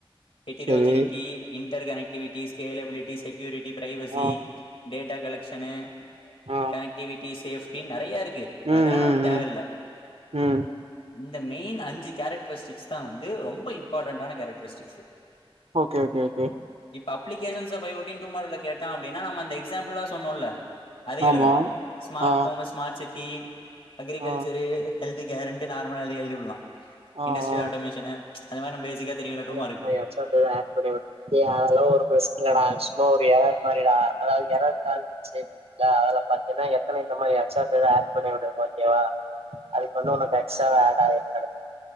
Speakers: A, on the left; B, on the right.
A: எட்டிரோஜினி
B: சரி
A: இ இன்டர் கனக்டிவிட்டிஸ் இ கேலபிலிட்டி செக்யூரிட்டி பிரைவசி
B: ஆ
A: டேட்டா கலெக்க்ஷனு
B: ஆ
A: கனக்டிவிட்டி சேஃப் பண்ணி நெறையா இருக்
B: ம் ம்
A: அதெல்லாம் நமக்கு
B: ம்
A: தேவல்ல
B: ம்
A: இந்த மெயின் அஞ்சு கேரக்டரிஸ்டிக்ஸ் தான் வந்து ரொம்ப இம்பார்ட்டண்ட்டான characteristics
B: okay okay okay
A: publication பயோட்டின் டூ மார்க்ல கேட்டா அப்படின்னா நம அந்த எக்ஸாம்பிள்லாம் சொன்னோம்ல அதே
B: ஆமா
A: எழுதலாம் ஸ்மார்ட்போமஸ்
B: ஆ
A: ஸ்மார்ட் சிட்டி தி அக்ரிகல்ச்சரு
B: ஆ
A: ஹெல்த் கேரண்ட் நார்மல அது எழுதிவிடலாம்
B: ஆ ஆ
A: இண்டஸ்ட்ரியல் ஆட்டோமேஷனு ச் அது மாரி ன் பேசிக்கா தெரியுல்ல
B: <unintelligible>
A: டூமார்க்கு
B: டேய் அதொல்லாம் ஒரு பெசன்ட் ல்ல டா இன்னும் ஒரு எரர் மாரிடா அதாவதுது எரர் காம்ச்சினா அதுல பாத்தீன்னா எத்தன இந்த மாதிரி எக்ஸ்ட்ராபிட் ஆட் பண்ணி விடு ஓகேவா அதுக்கு அப்படி பண்ணா உனக்கு எக்ஸ்ட்ராடா வா ஆட் ஆயிடும்